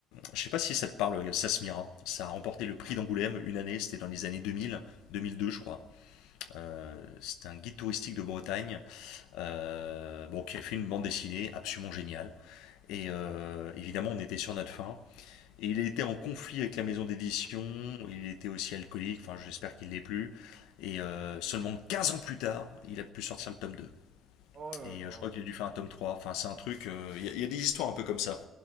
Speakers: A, on the left; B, on the right.
A: je sais pas si ça te parle, Sasmira. Ça a remporté le prix d'Angoulême une année, c'était dans les années 2000, 2002, je crois.
B: ça parle
A: Euh,
B: pas.
A: c'est un guide touristique de Bretagne, euh, bon, qui a fait une bande dessinée absolument géniale. Et euh, évidemment, on était sur notre fin. Et il était en conflit avec la maison d'édition, il était aussi alcoolique, enfin j'espère qu'il ne l'est plus. Et euh, seulement 15 ans plus tard, il a pu sortir le tome 2.
B: Oh là
A: Et
B: là.
A: euh, je crois qu'il a dû faire un tome 3. Enfin, c'est un truc. euh, Il y, a- y a des histoires un peu comme ça.